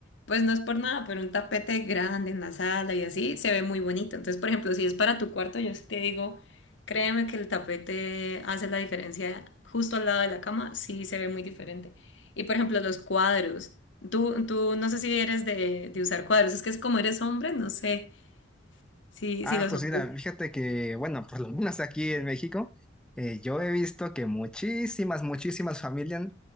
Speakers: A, on the left; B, in the centre.
A: pues no es por nada, pero un tapete grande en la sala y así se ve muy bonito. Entonces, por ejemplo, si es para tu cuarto, yo sí te digo, créeme que el tapete hace la diferencia justo al lado de la cama, sí se ve muy diferente. Y por ejemplo, los cuadros. Tú, tú no sé si eres de, de usar cuadros, es que es como eres hombre, no sé. si
B: Ah,
A: si los
B: pues
A: hombres.
B: mira, fíjate que, bueno, por lo menos aquí en México, eh, yo he visto que muchísimas, muchísimas familias